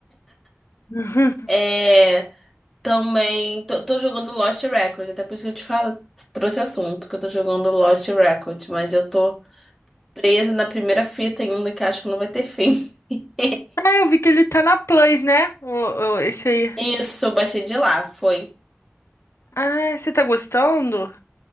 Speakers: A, on the left; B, in the centre.
A: Uhum.
B: É, também tô, tô jogando Lost Records, até por isso que eu te falo, trouxe assunto que eu tô jogando Lost Records, mas eu tô presa na primeira fita ainda que acho que não vai ter fim. <laughs>
A: Ah, eu vi que ele tá na Plus, né? O- o- Esse aí.
B: Isso, eu baixei de lá, foi.
A: Ah, você tá gostando?